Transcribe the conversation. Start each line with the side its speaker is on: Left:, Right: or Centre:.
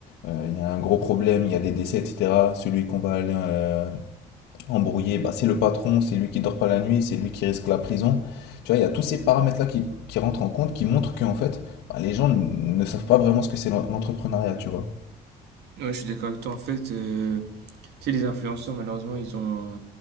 Left: euh, il y a un gros problème, il y a des décès, etc., celui qu'on va aller euh, Embrouillé, bah, c'est le patron, c'est lui qui dort pas la nuit, c'est lui qui risque la prison. Tu vois, il y a tous ces paramètres-là qui, qui rentrent en compte, qui montrent qu'en fait, bah, les gens n- ne savent pas vraiment ce que c'est l'en- l'entrepreneuriat, tu vois.
Right: Ouais, je suis d'accord avec toi. En fait, euh, tu sais, les influenceurs, malheureusement, ils ont...